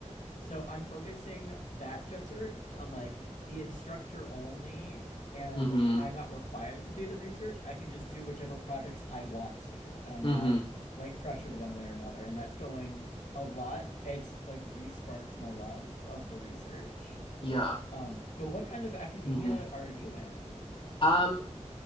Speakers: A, on the left; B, on the left.
A: so I'm focusing that job search on like the instructor only, and
B: mm-hmm,
A: I'm not required to do the research. I can just do whichever projects I want to, and I'm
B: mm-hmm,
A: not like pressured one way or another. And that's going a lot. It's like re-sparked my love of the research.
B: yeah,
A: Um, but what kind of academia
B: mm-hmm.
A: are you in?
B: Um,